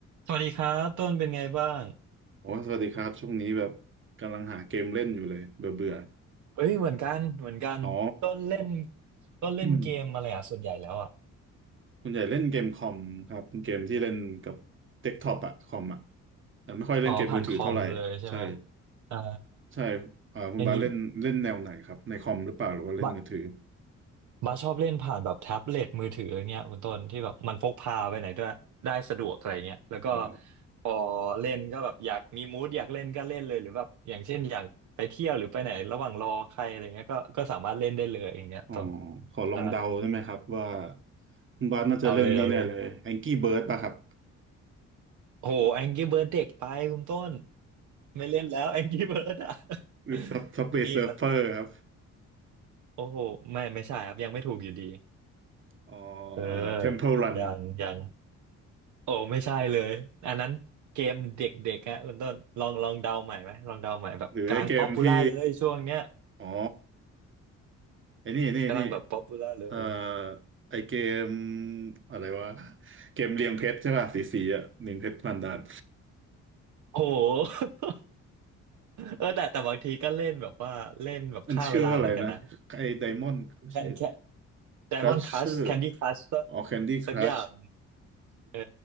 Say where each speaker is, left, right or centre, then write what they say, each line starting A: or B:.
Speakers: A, on the right; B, on the right.
A: สวัสดีครับต้นเป็นไงบ้าง
B: โอ้สวัสดีครับช่วงนี้แบบกำลังหาเกมเล่นอยู่เลยเบื่อเบื่อ
A: เอ้ยเหมือนกันเหมือนกันต้นเล่น
B: อ๋อ <clears throat>
A: ต้นเล่นเกมอะไรอ่ะส่วนใหญ่แล้วอ่ะ
B: คุณใหญ่เล่นเกมคอมครับเกมที่เล่นกับเดสก์ท็อปอะคอมอะแต่ไม่ค่อยเล่นเกมมือถือเท่าไหร่ใช่
A: อ๋อผ่านคอมเลยใช่ไหมอ่า
B: ใช่อ่าคุณบาสเล่นเล่นแนวไหนครับในคอมหรือเปล่าหรือว่าเล่นมือถือ
A: อย่างนี้บาบาชอบเล่นผ่านแบบแท็บเล็ตมือถืออย่างเงี้ยคุณต้นที่แบบมันพกพาไปไหนด้วยได้สะดวกอะไรเงี้ยแล้วก็
B: อ๋อ
A: พอเล่นก็แบบอยากมีมูดอยากเล่นก็เล่นเลยหรือแบบอย่างเช่นอยากไปเที่ยวหรือไปไหนระหว่างรอใครอะไรเงี้ยก็ก็สามารถเล่นได้เลยอย่างเงี้ยต้น
B: อ๋อขอลองเดาได้ไหมครับว่า
A: ใช่
B: คุณบาสน่าจะเล่นนี่แน่เลย
A: เอาเลยเอาเลย
B: Angry Bird ป่ะครับ
A: โหแองกี้เบิร์ดเด็กไปคุณต้นไม่เล่นแล้วแองกี้เบิร์ดอ่ะ
B: หรือ
A: <laughs>
B: Sub- Subway
A: นี่แบบ
B: Surfer ครับ
A: โอ้โหไม่ไม่ใช่ครับยังไม่ถูกอยู่ดี
B: อ๋อ
A: เออ
B: เอ่อ Temple Run
A: ยังยังโอ้ไม่ใช่เลยอันนั้นเกมเด็กๆฮะคุณต้นลองลองเดาใหม่ไหมลองเดาใหม่แบบกำลังป๊อปปูล่าเลยช่วงเนี้ย
B: หรือไอเกมที่ อ๋อไอ้นี่นี่นี่
A: กำลังแบบป๊อปปูล่าเลย
B: เอ่อไอเกมอะไรวะเกมเรียงเพชรใช่ป่ะสีสีอ่ะเรียงเพชรพันดาน
A: โอ้โห <laughs> เออแต่แต่บางทีก็เล่นแบบว่าเล่นแบบฆ่าเวลาเหมือนกันนะ
B: มันชื่อว่าอะไรนะไอไดมอนด์ไม่ใช่
A: แค่แค่ Diamond
B: ครัชเชอร์
A: Crush Candy Crush ป่ะ
B: อ๋อแคนดี้ครัช
A: สักอย่าง เออ